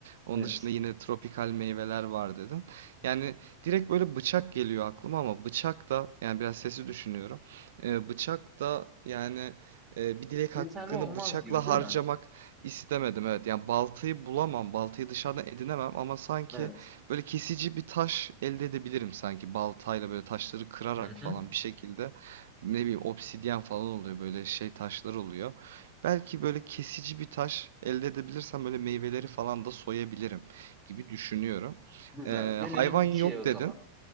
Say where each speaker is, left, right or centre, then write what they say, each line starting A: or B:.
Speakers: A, on the right; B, on the right.
A: Onun
B: Evet.
A: dışında yine tropikal meyveler var dedin. Yani direkt böyle bıçak geliyor aklıma ama bıçak da yani biraz sesi düşünüyorum. E, bıçak da yani e, bir dilek
B: Yeterli
A: hakkını
B: olmaz
A: bıçakla
B: gibi değil
A: harcamak
B: mi?
A: istemedim. Evet yani baltayı bulamam, baltayı dışarıdan edinemem ama sanki
B: Evet.
A: Böyle kesici bir taş elde edebilirim sanki. Baltayla böyle taşları kırarak
B: Hı hı.
A: falan bir şekilde ne bileyim obsidyen falan oluyor böyle şey taşlar oluyor. Belki böyle kesici bir taş elde edebilirsem böyle meyveleri falan da soyabilirim gibi düşünüyorum.
B: Güzel.
A: Ee,
B: Gelelim
A: hayvan
B: ikiye
A: yok
B: o
A: dedin.
B: zaman.